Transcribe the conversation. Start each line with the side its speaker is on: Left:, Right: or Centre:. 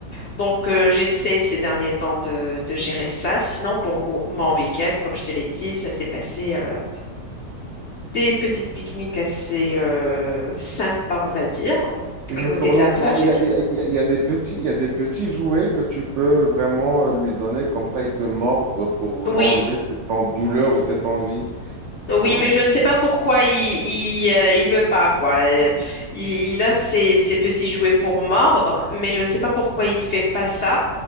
Left: Donc, euh, j'essaie ces derniers temps de, de gérer ça. Sinon, pour mo- mon week-end, comme je te l'ai dit, ça s'est passé. euh, des petites pique-niques assez euh, sympas, on va dire,
Right: Oui,
Left: à
Right: mais
Left: côté
Right: pour
Left: de
Right: l'enfant,
Left: la plage
Right: il
Left: et
Right: y
Left: tout.
Right: a, il y a- il y a- il y a des petits, il y a des petits jouets que tu peux vraiment euh, lui donner, comme ça il peut mordre pour
Left: Oui,
Right: enlever cette en- douleur ou cette envie,
Left: oui,
Right: non?
Left: mais je ne sais pas pourquoi il il, euh, il veut pas quoi. Euh, Il, il a ses, ses petits jouets pour mordre, mais je ne sais pas pourquoi il fait pas ça.